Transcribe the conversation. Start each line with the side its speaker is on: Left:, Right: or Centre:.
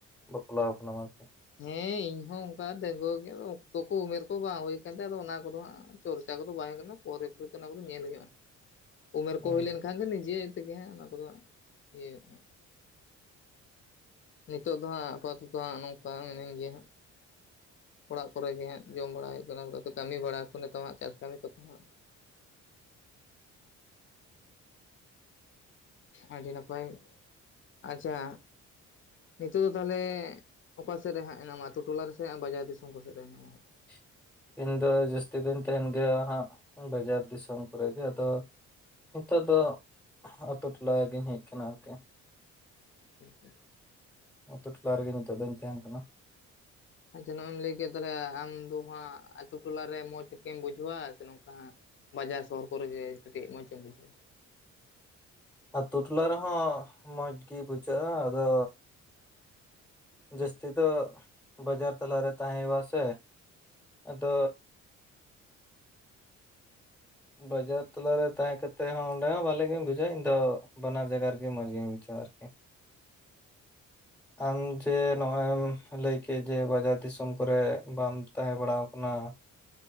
Centre: ᱵᱟᱯᱞᱟᱣ ᱟᱠᱟᱱᱟ ᱟᱨᱠᱤ,
Left: ᱦᱮᱸᱻ ᱤᱧ ᱦᱚᱸ ᱚᱱᱠᱟ ᱰᱟᱺᱜᱩᱣᱟᱹ ᱜᱮ ᱚᱠᱛᱚ ᱠᱚ ᱩᱢᱮᱨ ᱠᱚ ᱵᱟᱝ ᱦᱩᱭ ᱟᱠᱟᱱ ᱛᱟᱦᱮᱸ ᱟᱫᱚ ᱚᱱᱟ ᱠᱚᱫᱚ ᱦᱟᱸᱜ ᱾ ᱪᱚᱨᱪᱟ ᱠᱚᱫᱚ ᱵᱟᱭ ᱜᱟᱱᱚᱜᱼᱟ ᱯᱚᱨᱮ ᱯᱚᱨᱮ ᱛᱮ ᱚᱱᱟ ᱠᱚᱫᱚ ᱧᱮᱞ ᱦᱩᱭᱩᱜᱼᱟ ᱾ ᱩᱢᱮᱨ
Centre: ᱦᱮᱸ
Left: ᱠᱚ ᱦᱩᱭ ᱞᱮᱱᱠᱷᱟᱱ ᱜᱮ ᱱᱤᱡᱮ ᱛᱮᱜᱮ ᱦᱟᱸᱜ ᱚᱱᱟ ᱠᱚᱫᱚ ᱤᱭᱟᱹᱼᱟ᱾ ᱱᱤᱛᱚᱜ ᱫᱚ ᱦᱟᱸᱜ <unintelligible> ᱦᱟᱸᱜ ᱱᱚᱝᱠᱟ ᱢᱤᱱᱟᱹᱧ ᱜᱮᱭᱟ ᱦᱟᱸᱜ <inaudible> ᱚᱲᱟᱜ ᱠᱚᱨᱮ ᱜᱮ ᱦᱟᱸᱜ ᱡᱚᱢ ᱵᱟᱲᱟ ᱦᱩᱭᱩᱜ ᱠᱟᱱᱟ ᱠᱟᱹᱢᱤ ᱵᱟᱲᱟᱠᱚ ᱱᱤᱛᱚᱝᱼᱟᱜ ᱪᱟᱥ ᱠᱟᱹᱢᱤ ᱠᱚᱛᱮ ᱦᱟᱸᱜ, ᱟᱹᱰᱤ ᱱᱟᱯᱟᱭ <inaudible> ᱟᱪᱪᱷᱟ᱾ ᱱᱤᱛᱚᱜ ᱫᱚ ᱛᱟᱦᱚᱞᱮ ᱚᱠᱟᱥᱮᱫ ᱨᱮ ᱦᱟᱸᱜ ᱦᱮᱱᱟᱢᱟ ᱟᱛᱳ ᱴᱚᱞᱟ ᱨᱮ ᱥᱮ ᱵᱟᱡᱟᱨ ᱫᱤᱥᱚᱢ ᱠᱚ ᱥᱮᱫ ᱨᱮ ᱢᱮᱱᱟᱢᱟ ᱾
Centre: <inaudible> ᱤᱧ ᱫᱚ ᱡᱟᱹᱥᱛᱤ ᱫᱚᱧ ᱛᱟᱦᱮᱱ ᱜᱮᱭᱟ ᱦᱟᱸᱜ ᱵᱟᱡᱟᱨ ᱫᱤᱥᱚᱢ ᱠᱚᱨᱮ ᱜᱮ ᱟᱫᱚ, ᱱᱤᱛᱚᱜ ᱫᱚ ᱟᱛᱳ ᱴᱚᱞᱟ ᱨᱮᱜᱮᱧ ᱦᱮᱡ ᱟᱠᱟᱱᱟ ᱜᱚᱢᱠᱮ
Left: ᱴᱷᱤᱠ ᱴᱷᱤᱠ <unintelligible> <inaudible>
Centre: ᱟᱛᱳ ᱴᱚᱞᱟ ᱨᱮᱜᱮ ᱱᱤᱛᱚᱜ ᱫᱚᱧ ᱛᱟᱦᱮᱱ ᱠᱟᱱᱟ ᱾
Left: ᱟᱪᱪᱷᱟ ᱱᱚᱭᱼᱮᱢ ᱞᱟᱹᱭ ᱠᱮᱫ ᱛᱟᱦᱚᱞᱮ ᱟᱢ ᱫᱚ ᱦᱟᱸᱜ ᱟᱛᱳ ᱴᱚᱞᱟ ᱨᱮ ᱢᱚᱸᱡᱽᱢ <unintelligible> ᱵᱩᱡᱷᱟᱹᱣᱟ ᱥᱮ ᱱᱚᱝᱠᱟ ᱦᱟᱸᱜ, ᱵᱟᱡᱟᱨ ᱥᱚᱦᱚᱨ ᱠᱚᱨᱮ ᱜᱮ ᱠᱟᱹᱴᱤᱡ ᱢᱚᱡᱽᱮᱢ ᱵᱩᱡᱷᱟᱹᱣᱟ ᱾
Centre: ᱟᱛᱳ ᱴᱚᱞᱟ ᱨᱮᱦᱚᱸ ᱢᱚᱸᱡᱽ ᱜᱮ ᱵᱩᱡᱷᱟᱹᱜᱼᱟ ᱟᱫᱚ ᱡᱟᱹᱥᱛᱤ ᱫᱚ ᱵᱟᱡᱟᱨ ᱛᱟᱞᱟᱨᱮ ᱛᱟᱦᱮᱸ ᱦᱮᱣᱟ ᱥᱮ ᱟᱫᱚ ᱵᱟᱡᱟᱨ ᱛᱟᱞᱟᱨᱮ ᱛᱟᱦᱮᱸ ᱠᱟᱛᱮ ᱦᱚᱸ ᱚᱸᱰᱮ ᱦᱚᱸ ᱵᱷᱟᱮᱜ ᱜᱮᱧ ᱵᱩᱡᱷᱟᱹᱣᱟ ᱤᱧ ᱫᱚ ᱵᱟᱱᱟᱨ ᱡᱟᱭᱜᱟ ᱨᱮᱜᱮ ᱢᱚᱡᱽ ᱜᱮᱧ ᱵᱩᱡᱷᱟᱹᱣᱟ ᱟᱨᱠᱤ ᱾ ᱟᱢ ᱡᱮ ᱱᱚᱜᱼᱚᱭ ᱮᱢ ᱞᱟᱹᱭ ᱠᱮᱫ ᱡᱮ ᱵᱟᱡᱟᱨ ᱫᱤᱥᱚᱢ ᱠᱚᱨᱮ ᱵᱟᱢ ᱛᱟᱦᱮᱸ ᱵᱟᱲᱟ ᱟᱠᱟᱱᱟ ᱾